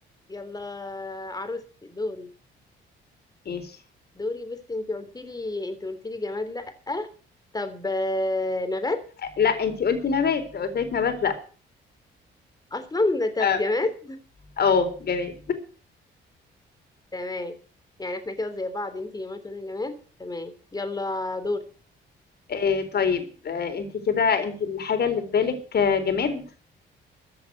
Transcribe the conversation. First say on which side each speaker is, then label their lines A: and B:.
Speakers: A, on the left; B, on the left.
A: يلا عروستي دوري
B: ماشي
A: دوري بس انت قلت لي انت قلت لي جماد لا طب آه نبات
B: لا انتي قلتي نبات قلت لك نبات
A: اصلا طب
B: لا
A: جماد
B: اه جماد
A: تمام يعني احنا كده زي بعض انت جماد وانا جماد تمام يلا دور
B: آه طيب آه انت كده انت الحاجة اللي في بالك آه، جماد